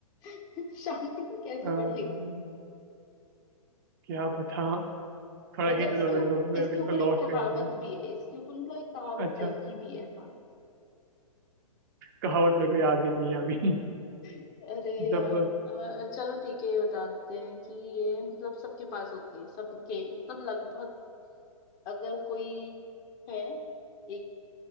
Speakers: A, on the left; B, on the right.
A: <laughs> शांति कोई कैसे
B: अम्म,
A: पढ़ेगा
B: क्या पता थोड़ा
A: मतलब
B: हिंट
A: इसके
B: दो मेरे
A: उप-
B: को मैं
A: इसके
B: बिल्कुल
A: ऊपर
B: लॉस्ट
A: एक कहावत
B: हूँ इसमें
A: भी है इसके ऊपर मतलब एक कहावत
B: अच्छा
A: टाइप की भी है हाँ।
B: कहावत मेरे को याद ही नहीं है अभी <laughs>
A: अरे
B: मतलब
A: यार अ, चलो ठीक है ये बताते हैं कि ये मतलब सबके पास होती है सबके मतलब लगभग अगर कोई है एक